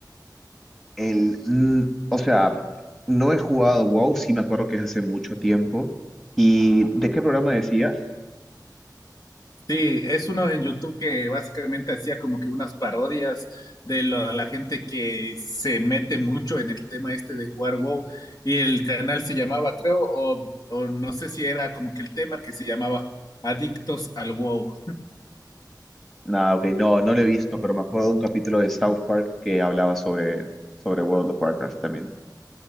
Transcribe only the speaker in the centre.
El, mm, o sea, no he jugado WoW, sí me acuerdo que es hace mucho tiempo. ¿Y de qué programa decías?
Nada, ok, no, no lo he visto, pero me acuerdo de un capítulo de South Park que hablaba sobre, sobre World of Warcraft también.